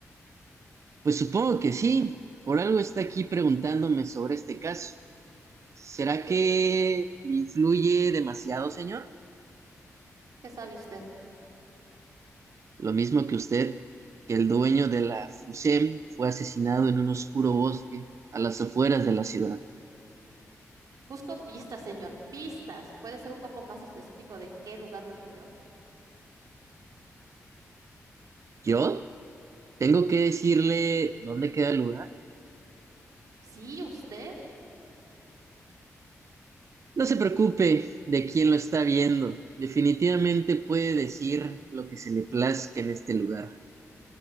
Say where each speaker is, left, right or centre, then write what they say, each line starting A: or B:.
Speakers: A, on the right (about 55°); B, on the right (about 75°).
A: Pues supongo que sí, por algo está aquí preguntándome sobre este caso. ¿Será
B: ¿Qué,
A: que le influye demasiado, señor?
B: qué sabe usted?
A: Lo mismo que usted, que el dueño de la FUSEM fue asesinado en un oscuro bosque a las afueras de la ciudad.
B: Busco pistas, señor, pistas. ¿Puede ser un poco más específico de en qué lugar le ocurrió?
A: ¿Yo? ¿Tengo que decirle dónde queda el lugar?
B: Sí, usted,
A: No se preocupe de quién lo está viendo. Definitivamente puede decir lo que se le plazca en este lugar.